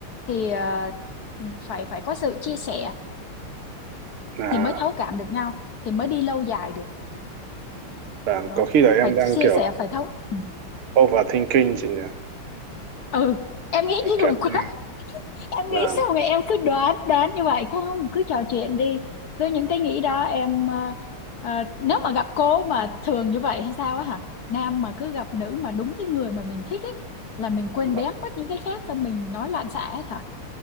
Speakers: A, on the left; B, on the right.
A: thì ờ, phải phải có sự chia sẻ
B: là
A: thì mới thấu cảm được nhau thì mới đi lâu dài được
B: và
A: hiểu
B: có
A: không
B: khi là em
A: phải
B: đang
A: chia
B: kiểu
A: sẻ phải thấu ừ,
B: overthinking chị nhỉ
A: ừ. em nghĩ
B: kiểu
A: nhiều quá
B: như
A: em
B: là
A: nghĩ sao mà em cứ đoán đoán như vậy không cứ trò chuyện đi cứ những cái nghĩ đó em ờ, ờ, nếu mà gặp cô mà thường như vậy hay sao á hả nam mà cứ gặp nữ mà đúng cái người mà mình thích ấy là mình quên
B: và,
A: bén mất những cái khác xong mình nói loạn xạ hết hả